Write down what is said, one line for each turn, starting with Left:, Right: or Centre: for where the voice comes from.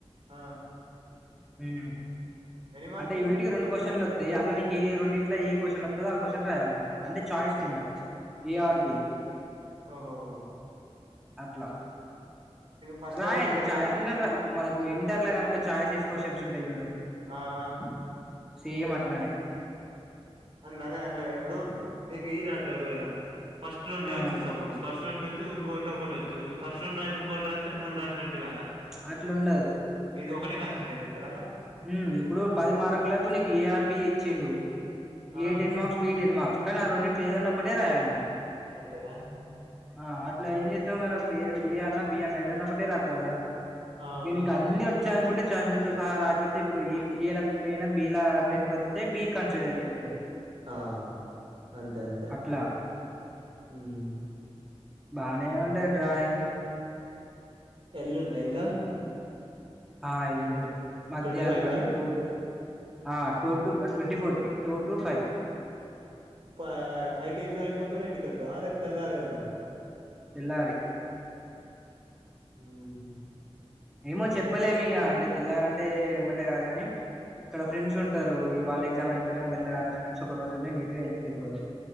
Right: ఆ
Centre: మ్
Right: ఎన్ని మార్కులు
Centre: అంటే యూనిట్కి రెండు క్వశ్చన్లు దే అళ్ళ నీకు ఏ రెండింట్లా ఏ క్వశ్చన్ వత్తధో ఆ క్వశ్చన్ రాయాల అన్నట్టు ఛాయిస్ కింద ఏఆర్బి
Right: ఓహోహో
Centre: అట్లా
Right: ఫస్ట్
Centre: రాయచ్చు
Right: లెసన్ లో రెండు
Centre: ఛాయిస్
Right: రాసి
Centre: లు గను మనకు ఇంటర్ల కనుక చా ప్యాసేజ్ క్యూస్షన్స్ ఉంటాయి చూడు
Right: ఆఆ
Centre: సేమ్ అట్లనే
Right: అ నేను అట్ల ఇప్పుడు ఇప్పుడు నీకు ఇయ రా అట్లే ఒకవేళ ఫస్ట్ రెండో
Centre: ఆ
Right: వచ్చు సపోజ ఫస్ట్ రెండు చ్చు ఇంకోటి ఒకటి వచ్చు ఈ ఫస్ట్ రెండు రాసి ఇంకోటి రాతే మూడు రాసినట్టు కదా
Centre: చ్ అట్లుండదు
Right: ఇది ఒకటే కన్సిడర్ చేతర అల్లా
Centre: మ్ ఇప్పుడు పది మార్కులకు నీకు ఏఆర్బి ఇచ్చిండు.
Right: ఆ
Centre: A ten marks, B ten marks కానీ అ రోన్నిట్లే ఎధాయినా ఒక్కటి రాయాలి నువ్
Right: అంతేనా
Centre: ఆ అట్లా ఏం చేత్తావు మరి అప్పుడు ఏ అన్నా బి అన్న ఏదన్నా ఒకటే రాత్తావు కదా
Right: ఆ
Centre: ఈయనకు అన్ని వచ్చాయి అనుకుంటే ఛార్జిలతో సహా రాశ ఇప్పుడు ఏ ఏ లేకపోయినా బి లా టెన్క వస్తే బి కన్సిడర్ చేస్తారు.
Right: ఆ అంతే అంతే
Centre: అట్లా
Right: మ్
Centre: బానే ఉంటాయి డ్రాయింగ్
Right: ఎల్లుండ ఎగ్జామ్?
Centre: ఆ ఎల్లుండి మధ్యాహ్నం
Right: ట్వంటీ ఫైవ్ కా
Centre: అంటే టూ ఆ టు టు ట్వటి ఫోర్ కి two to five
Right: five five క ఎగ్జామ్ అయిపోతేనే ఇంటికెళ్తావా రేపు తెల్లారు వెల్తవ?
Centre: తేల్లారి
Right: ఊహ
Centre: ఏమో చెప్పలేము ఇగా అంటే తెల్లారంటే ఇమ్మంటే కాదు కాని ఇక్కడ ఫ్రెండ్స్ ఉంటారు ఇవాళ ఎగ్జామ్ అయిపోనక మెల్లగా అందరం కలిసి ఒక రోజు నీట్గా ఇంటికిళ్ళపోవడం.